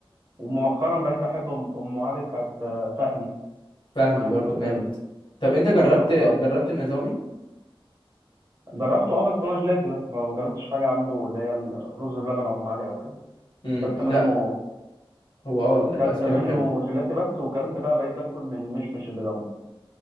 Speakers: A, on the right; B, on the left.
A: ومؤخرا بقيت بحب ام أم علي بتاعت آه، فهمي
B: فهمي
A: ام علي
B: برضو
A: بالنوتيلا
B: جامد طب انت جربت
A: تحفه بصراحه
B: جربت النظامي
A: جربته اه بس هو جيلاتي بس ما جربتش حاجه عنده اللي هي الرز بلبن او ام علي او كده
B: امم
A: كلت
B: لا
A: منه
B: هو اه ال- الايس
A: كلت
B: كريم
A: منه
B: حلو
A: جيلاتي بس وكلت بقى بقيت باكل من مشمش اللي جنبه